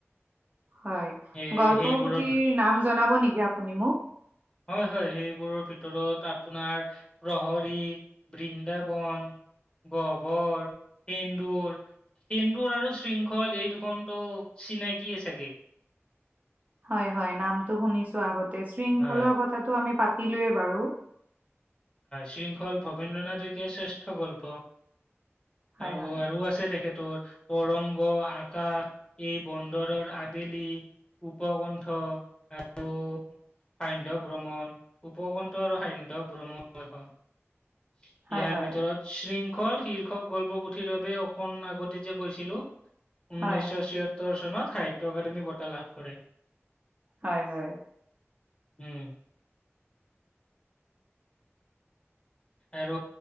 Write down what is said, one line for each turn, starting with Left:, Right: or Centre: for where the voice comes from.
Right: হয়,
Left: এ
Right: গল্প
Left: সেইবোৰৰ
Right: পুথিৰ নাম জনাব নেকি আপুনি মোক?
Left: হয় হয় সেইবোৰৰ ভিতৰত আপোনাৰ প্ৰহৰি, বৃন্দাবন, গবৰ, সেন্দুৰ, সেন্দুৰ আৰু শৃং খল এই দুখনত চিনাকিয়ে চাগে।
Right: হয় হয় নামটো শুনিছো আগতে, শৃংখলৰ
Left: হয়,
Right: কথাটো আমি পাতিলোয়ে বাৰু।
Left: শৃংখল ভবীন্দ্ৰ নথইকীয়া শ্ৰেষ্ঠ গল্প,
Right: হয়
Left: আৰু
Right: হয়
Left: আৰু আছে তেখেত। তৰ অৰংগ, আকাশ, এই বন্দৰৰ আবেলি। উপকণ্ঠ আৰু। সান্ধ্য ভ্ৰমণ, উপকণ্ঠ আৰু সান্ধ্য ভ্ৰমণ, ইয়াৰ
Right: হয় হয়
Left: ভিতৰত শৃংখল শীৰ্ষক গল্পপুথিৰ বাবে অকণ আগতে যে কৈছিলো। ঊনৈছশ
Right: হয়,
Left: ছয়ত্তৰ চনত সাহিত্য একাডেমী বঁটা লাভ কৰে।
Right: হয় হয়।
Left: উম' আৰু